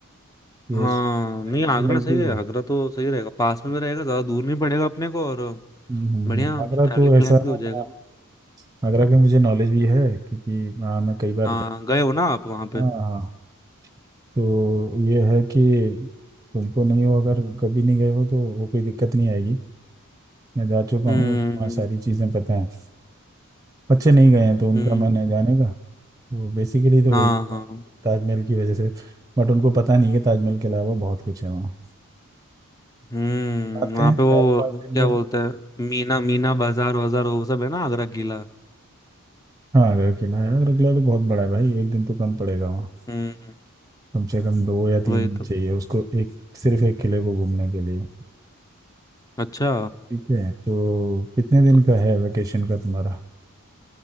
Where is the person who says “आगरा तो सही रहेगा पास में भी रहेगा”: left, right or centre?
Left